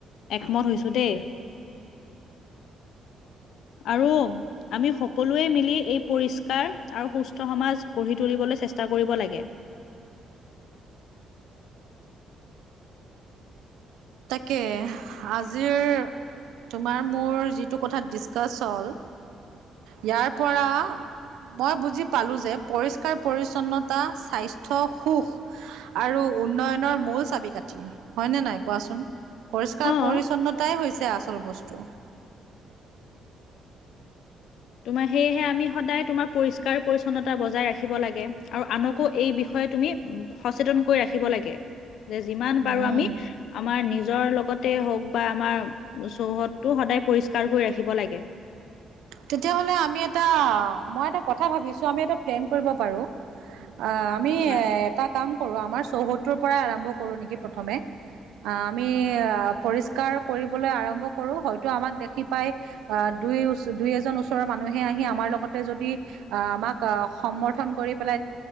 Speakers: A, on the left (about 75°); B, on the right (about 85°).
A: একমত হৈছো দেই আৰু আমি সকলোৱে মিলি এই পৰিষ্কাৰ আৰু সুস্থ সমাজ গঢ়ি তুলিবলৈ চেষ্টা কৰিব লাগে
B: তাকে আজিৰ তোমাৰ মোৰ যিটো কথাত ডিচকাছ হ'ল ইয়াৰ পৰা মই বুজি পালো যে পৰিষ্কাৰ পৰি্ছন্নতা স্বাস্থ্্য সুখ আৰু উন্নয়নৰ মূল চাবি কাঠি হয়নেে নাই কোৱাচোন পৰিষ্কাৰ
A: অ',
B: পৰিছন্নতাই হৈছে আচল বস্তু
A: তোমাৰ সেয়েহে আমি সদায় তোমাৰ পৰিষ্কাৰ পৰি্ছন্নতা বজাই ৰাখিব লাগে আৰু আনকো এই বিষয় তুমি সচেতন কৰি ৰাখিব লাগে যে যিমান
B: উম,
A: পাৰো আমি আমাৰ নিজৰ লগত হওক বা আমাৰ চৌহদটো সদায় পৰিষ্কাৰ কৰি ৰাখিব লাগে
B: তেতিয়াাহলে আমি এটা মই এটা কথা ভাবিছো আমি এটা প্লেন কৰিব পাৰো অ আমি
A: বাহ,
B: এ এটা কাম কৰো আমাৰ চৌহত্তৰ পৰাই আৰম্ভ কৰো নেকি প্ৰথমে আহ আমি আহ পৰিষ্কাৰ কৰিবলৈ আৰম্ভ কৰো হয়তো আমাক দেখি পাই আহ দুই ই এ ৰ মান আহ আমাৰ লগ যদি আমাক সমৰ্ন কৰি পেল